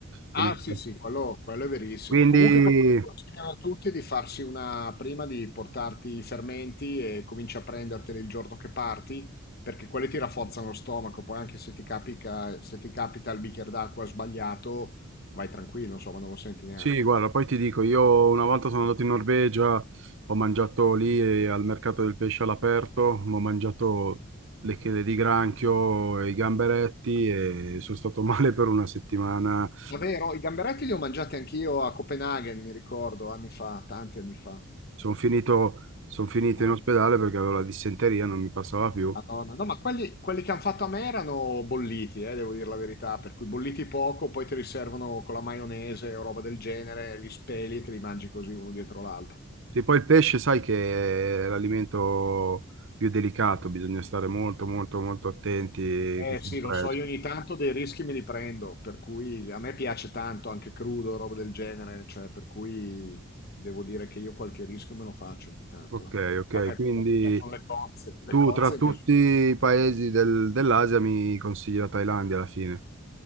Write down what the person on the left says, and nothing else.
Ah
sì sì, quello, quello è verissimo.
Comunque quello che consigliano a tutti è di farsi una prima di portarti i fermenti e cominci a prenderteli il giorno che parti, perché quelli ti rafforzano lo stomaco, poi anche se ti capita, se ti capita il bicchiere d'acqua sbagliato, vai tranquillo, insomma, non lo senti neanche.
Davvero, i gamberetti li ho mangiati anch'io a Copenaghen, mi ricordo, anni fa, tanti anni fa.
Eh.
Madonna. No, ma quelli, quelli che hanno fatto a me erano bolliti, eh, devo dire la verità, per cui bolliti poco, poi te li servono con la maionese o roba del genere, li speli e te li mangi così uno dietro l'altro.
Eh
sì,
lo so, io ogni tanto dei rischi me li prendo, per cui a me piace tanto anche crudo, roba del genere, cioè per cui devo dire che io qualche rischio me lo faccio ogni tanto.
eh.
Poi a
me piacciono le cozze, le
cozze
mi piacciono.